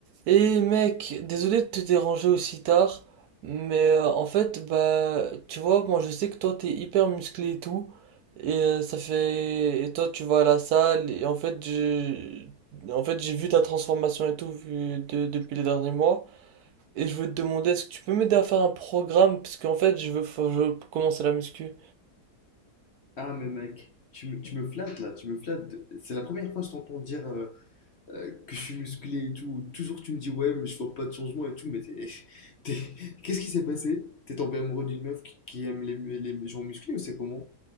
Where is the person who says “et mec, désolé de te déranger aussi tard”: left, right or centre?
Right